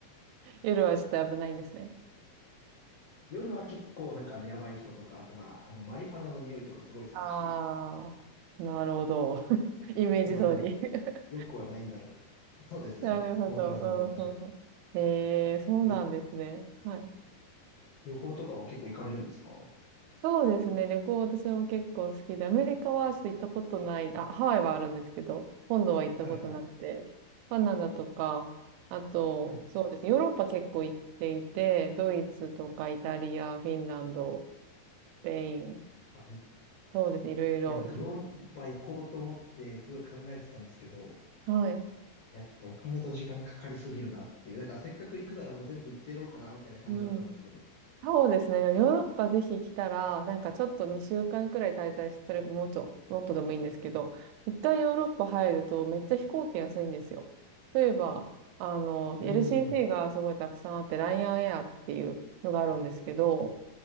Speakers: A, on the right (about 80°); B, on the left (about 60°).
A: 夜はちょっと危ないんですね。
B: 夜は結構なんかあのやばい人とか、あとはあのマリファナの匂いとかすごいするし、
A: ああ、なるほど。<laughs> イメージ通り。
B: まああんまり
A: <laughs>
B: 良くはないんだろうな。そうですね。
A: なるほど。
B: 本当にそんな感じです。
A: うんうんうん。ええ、そうなんですね。
B: え、
A: はい。
B: 旅行とかは結構行かれるんですかは
A: そうですね。旅行私も結構好きで、アメリカはちょっと行ったことない、あ、ハワイはあるんですけど、本土は行ったことなくて、
B: いはい
A: カナダとか、あと、
B: はい。
A: そうですね。ヨーロッパ結構行っていて、ドイツとかイタリア、フィンランド、スペイン、
B: あ、いい。い
A: そうですね。いろいろ行きましたね。
B: や、僕ヨーロッパ行こうと思ってすごい考えてたんですけど、
A: はい。
B: いや、ちょっとお金と時間かかりすぎるなっていう、なんかせっかく行くならもう全部行ってやろうかなみたいな感じだったんですけど。
A: うん。そうですね。ヨーロッパぜひ来たら、なんかちょっと2週間くらい滞在する、もっと、もっとでもいいんですけど、一旦ヨーロッパ入るとめっちゃ飛行機安いんですよ。例えば、あの、
B: うー
A: LCC
B: ん。
A: がすごいたくさんあって、ライアンエアっていうのがあるんですけど、